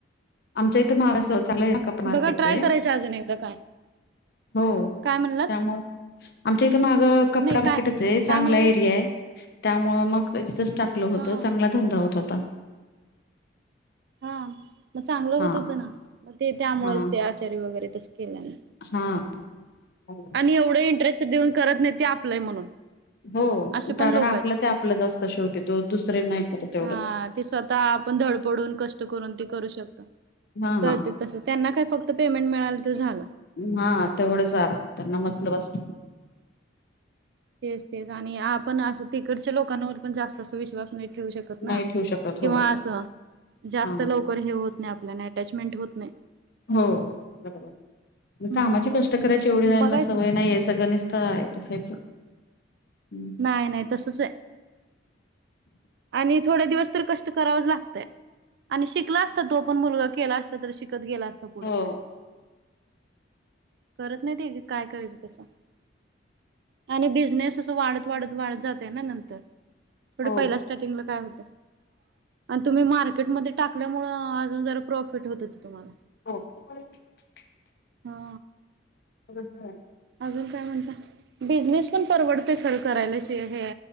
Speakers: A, on the left; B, on the right.
A: आमच्या इथे महाराष्ट चांगला कप मार्केटचे
B: बघा ट्राय
A: आहे.
B: करायचं अजून एकदा काय
A: हो,
B: काय म्हणलात
A: त्यामुळे आमच्या इथं मागं कपडा
B: नाही काय
A: <unintelligible> चांगला
B: काय म्हणला
A: एरिया
B: तू
A: आहे. त्यामुळ मग एकच टाकलं होत
B: हा
A: चांगला धंदा होत होता.
B: हा मग चांगलं
A: हा
B: होत होतं ना मग ते त्यामुळेच
A: हा
B: ते आचार्य वगैरे तस केल्याने.
A: हा. <inaudible>
B: आणि एवढं इंटरेस्ट देऊन करत नाही ते आपलाय म्हणून.
A: हो
B: असे पण
A: कारण
B: लोक
A: आपलं
B: आहेत
A: ते आपलंच असत शेवटी तो दुसरे नाही करत एवढं.
B: हा ते स्वतः आपण धडपडून कष्ट करून ते करू शक
A: हा
B: <inaudible> कर
A: हा
B: तस त्यांना काय फक्त पेमेंट मिळाल तर झालं.
A: हा तेवढंचा <unintelligible> त्यांना मटलं बसत.
B: तेच तेच आणि आपण असं तिकडच्या लोकांवर पण जास्त अस विश्वास नाही ठेऊ शकत ना
A: नाही ठेवू शकत
B: किंवा
A: हो
B: असं जास्त
A: हा
B: लोक कोण हे होत नाही आपल्याला अटॅचमेंट होत नाही.
A: हो बरोबर,
B: हम्म
A: कामाची कष्ट करायची एवढी आहेना
B: बघायचं
A: सवय नाही आहे सगळं नसत आहेत. त्याच <inaudible> हम्.
B: नाही नाही तसंच आहे. आणि थोड्या दिवस तर कष्ट करावच लागतय आणि शिकला असता तो पण मुलगा केला असता तर शिक त गेला असत पुढं.
A: हो
B: करत नाही ते काय करायचं तसं. आणि बिझनेस असं वाढत वाढत वाढत जाते ना नंतर. थोड
A: हो
B: पहिल्या स्टार्टिंगला काय होत आणि तुम्ही मार्केटमध्ये टाकल्यामुळ जरा प्रॉफिट होत तुम्हाला.
A: हो. <inaudible>
B: हा.
A: हो. <inaudible>
B: अजून काय म्हणता? बिझनेस पण परवडते खरं करायलाच हे.